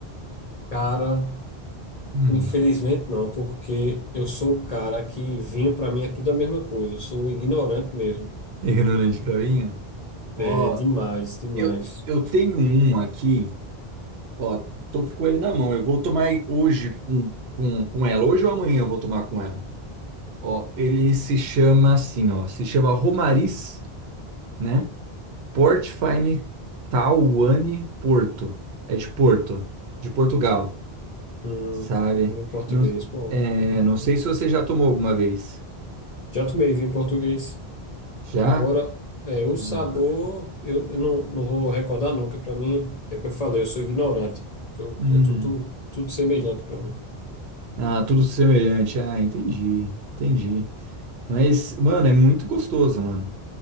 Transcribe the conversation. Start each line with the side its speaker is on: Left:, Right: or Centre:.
Left: cara,
Right: Hum,
Left: infelizmente não, porque eu sou o cara que vinho para mim é tudo a mesma coisa, eu sou ignorante mesmo.
Right: ignorante pra vinho?
Left: É
Right: Ó,
Left: demais, demais.
Right: eu, eu tenho um aqui, ó, tô com ele na mão. Eu vou tomar hoje com, com, com ela. Hoje ou amanhã eu vou tomar com ela. Ó, ele se chama assim, ó, se chama Romariz, né? Port Fine Tawany Porto. É de Porto, de Portugal,
Left: Hum,
Right: sabe?
Left: vinho português,
Right: Não,
Left: bom.
Right: é, não sei se você já tomou alguma vez.
Left: Já tomei vinho português.
Right: Já?
Left: Agora, é, o
Right: Ah,
Left: sabor,
Right: bacana.
Left: eu, eu não, não vou recordar nunca. Para mim, é o que eu falei, eu sou ignorante. Tu-
Right: hum.
Left: É tudo, tudo semelhante para mim.
Right: Ah, tudo semelhante. Ah, entendi, entendi. Mas, mano, é muito gostoso, mano.